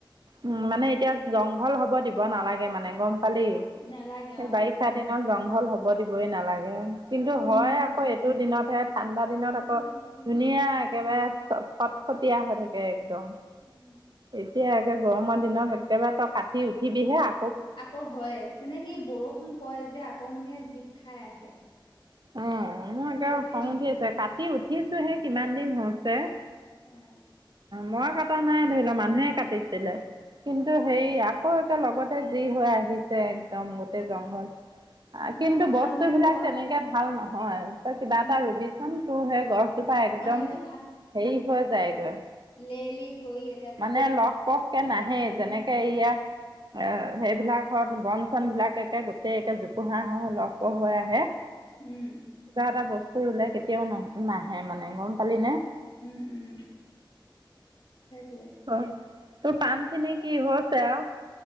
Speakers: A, on the right; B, on the left.
A: উম মানে এতিয়া জংঘল হব দিব নালাগে গম পালি
B: নেলাগে
A: সেই
B: অ
A: বাৰি, দিনত জংঘল দিবই নালাগে কিন্তু হয়
B: উম
A: আকৌ এইটো দিনত হে ঠাণ্ডা- দিনত
B: এইটো
A: আকৌ
B: দিনতে
A: ধুনীয়া একেবাৰে ফট ফটীয়া হৈ থাকে। একদম
B: উম।
A: এতিয়া একে গৰমৰ দিনত একেবাৰে তই কাটি উঠিবিহে আ
B: আকৌ হয় মানে কি বৰষুণ পৰে যে আকৌ মানে জীপ খাই আহে।
A: অ মোৰ একে
B: সেইটোৱে
A: খং
B: মেইন
A: উঠি
B: কথা
A: আছে কাটি উঠিছো সেই কিমান দিন হৈছে।
B: আহ
A: মই কটা নাই ধৰি ল মানুহে কাটিছিলে কিন্তু
B: আহ
A: হে আকৌ, লগতে যি হৈ আহিছে একদম গোটেই জংঘল।
B: নহবা
A: কিন্তু
B: কাম
A: বস্তু
B: এটা
A: বিলাক
B: কৰ
A: তেনেকে ভাল নহয় তই কিবা
B: উম
A: এটা ৰুবিচোন তোৰ সেই গছ, পা একদম
B: অ সেইটো
A: হেৰি হৈ যায়গৈ।
B: লেৰেলি গৈ-
A: মানে লহ পহকে নাহেই যেনেকে
B: নহয়
A: এয়া, এ সেইবিলাকত বন চন বিলাক একে গোটেইে জোপোহাৰ হৈ আহে ল'ব পহ হৈ আহে।
B: উম
A: কিবা এটা বস্তু ৰুলে কেতিয়াও ন নাহে মানে গম পালিনে।
B: উম উম সেইটোৱে,
A: অ তোৰ পানখিনি কি হৈছে আৰু